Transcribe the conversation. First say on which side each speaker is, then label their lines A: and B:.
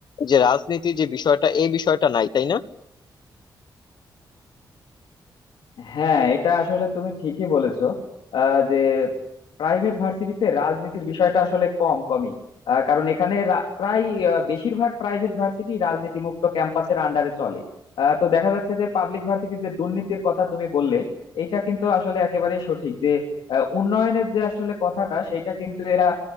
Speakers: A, on the left (about 65°); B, on the left (about 85°).
A: যে রাজনীতি যে বিষয়টা এই বিষয়টা নাই তাই না
B: হ্যাঁ এটা আসলে তুমি ঠিকই বলেছো আহ, যে প্রাইভেট ভার্সিটিতে রাজনীতির বিষয়টা আসলে কম কমই আহ, কারণ এখানে রা- প্রায় আহ, বেশিরভাগ প্রাইভেট ভার্সিটি রাজনীতি মুক্ত ক্যাম্পাসের আন্ডারে চলে আহ, তো দেখা যাচ্ছে যে পাবলিক ভার্সিটির যে দুর্নীতির কথা তুমি বললে এটা কিন্তু আসলে একেবারে সঠিক যে আহ, উন্নয়নের যে আসলে কথাটা সেটা কিন্তু এরা